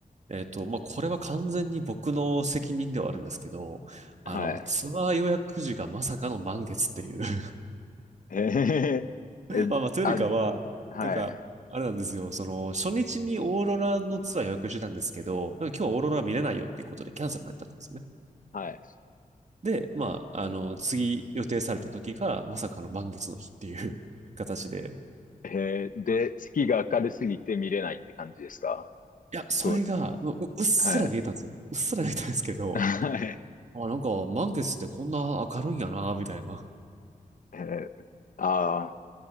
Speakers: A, on the right; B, on the left.
A: えっと、まあ、これは完全に僕の責任ではあるんですけど、あの、
B: はい。
A: ツアー予約時がまさかの満月っていう。<laughs>
B: えへへへえ、
A: まあまあ、というよりかは、
B: あ、はい。
A: なんか、あれなんですよ、その、初日にオーロラのツアー予約してたんですけど、なんか今日はオーロラ見れないよっていうことでキャンセルになっちゃったんですよね。
B: はい。
A: で、まあ、あの、次予定された時がまさかの満月の日っていう <laughs> 形で、
B: へえ、で、月が明るすぎて見れないって感じですか
A: いや、それが、
B: そう、
A: もう、ううっすら見えたんですよ。
B: はい。
A: うっすら見えたんですけど、
B: はい。
A: あ、なんか、満月ってこんな明るいんやな、みたいな。
B: えー、ああ、